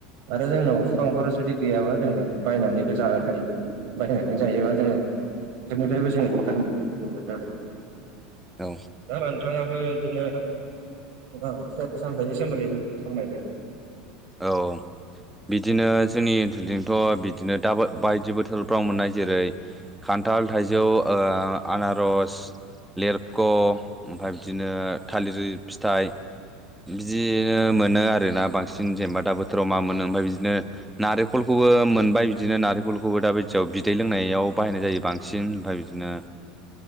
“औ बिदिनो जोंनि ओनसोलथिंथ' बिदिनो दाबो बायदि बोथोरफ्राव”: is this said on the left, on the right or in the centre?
Centre